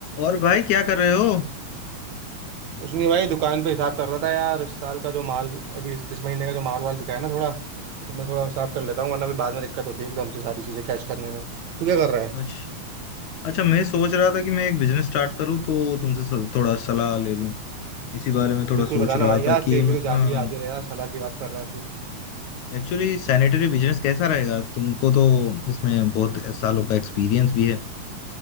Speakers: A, on the left (about 75°); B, on the right (about 65°).
A: और भाई क्या कर रहे हो
B: कुछ नहीं भाई दुकान पे हिसाब कर रहा था यार इस साल का जो माल अभी इस, इस महीने का जो माल वाल बिका है ना थोड़ा तो, तो मैं थोड़ा हिसाब कर लेता हूँ वरना फिर बाद में दिक्कत होती है एकदम से सारी चीजें कैश करने में तू क्या कर रहा है
A: अच्छा अच्छा मैं सोच रहा था कि मैं एक बिजनेस स्टार्ट करूं तो तुमसे स- थोड़ा सलाह ले लूं इसी बारे में थोड़ा
B: बिल्कुल
A: सोच
B: बताना
A: रहा
B: भाई यार
A: था
B: तेरे
A: कि
B: लिए
A: मैं
B: तो जान
A: हाँ
B: भी हाजिर है यार सलाह की बात कर रहा है तू
A: एक्चुअली सैनिटरी बिजनेस कैसा रहेगा तुमको तो इसमें बहुत सालों का एक्सपीरियंस भी है